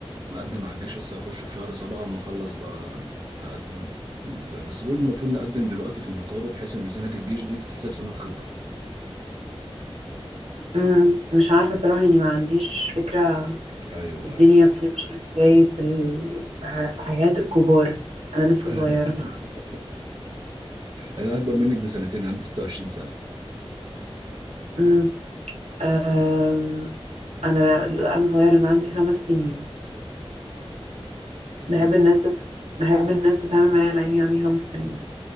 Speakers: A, on the right; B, on the right.
A: مقدم على الجيش لسه هخش في شهر سبعة أما أخلص بقى هقدم بس بيقول المفروض نقدم دلوقتي في النقابة بحيث إن سنة الجيش دي تتحسب سنة خبرة
B: مم، مش عارفة صراحة يعني ما عنديش فكرة
A: ايوه
B: الدنيا
A: ايوه
B: بتمشي ازاي في ال... في حياة الكبار أنا
A: <laughs>
B: لسه صغيرة
A: انا اكبر منك بسنتين عندي 26 سنه
B: مم، آم، أنا أنا صغيرة أنا عندي خمس سنين
A: <laughs>
B: بحب الناس بحب الناس تتعامل معايا على إني عندي خمس سنين